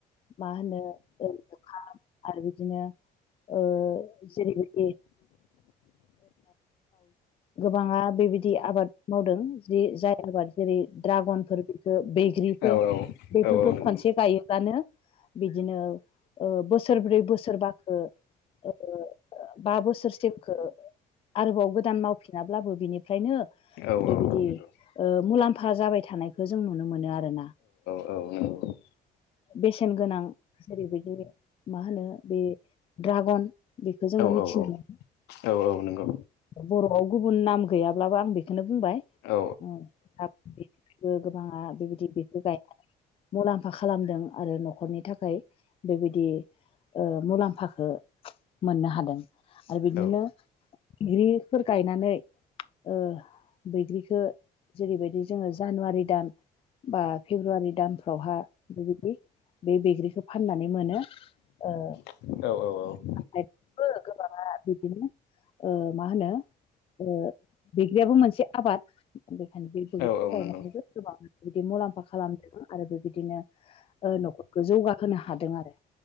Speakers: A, on the left; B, on the left.
A: मा होनो आरो बिदिनो ओ जेरैबायदि गोबाङा बेबायदि आबाद मावदों जि जाय आबाद जेरै ड्रागनफोर बेखौ बिफोर
B: औ
A: बेफोरखौ
B: औ औ नंगौ
A: खनसे गायोबानो बिदिनो बोसोरब्रै बोसोरबाखो ओ बा बोसोरसोखौ आरोबाव गोदान मावफिनाब्लाबो बिनिफ्रायनो
B: औ
A: बेबायदि
B: नंगौ
A: ओमुलाम्फा जाबाय थानायखौ जों नुनो मोनो आरो ना
B: औ नंगौ
A: बेसेन गोनां जेरैबायदि मा होनो बे द्रागन बेखौ जों
B: औ
A: मिथियो नामा
B: औ औ नंगौ।
A: बर'आव गुबुन नाम गैयाब्लाबो आं बेखौनो बुंबाय।
B: औ
A: ओ गोबाङा बेबायदि बेखौ गायनानै मुलाम्फा खालामदों आरो न'खरनि थाखाय बेबायदि ओ मुलाम्फाखौ मोननो हादों आरो बिदिनो
B: औ
A: ग्रिफोर गायनानै ओ बैग्रिखौ जेरैबायदि जोङो जानुवारि दान बा फेब्रुवारि दानफ्रावहा बेबायदि बे बैग्रिखौ फाननानै मोनो ओ।
B: औ औ औ।
A: <unintelligible> बो गोबांङा बिदिनो ओ मा होनो ओ बैग्रियाबो मोनसे आबाद बेखायनो बे बैग्रिखौ
B: औ औ
A: गायनानैबो
B: नंगौ
A: गोबां बिदि मुलाम्फा खालामदों आरो बेबायदिनो ओ न'खरखौ जौगाहोनो हादों आरो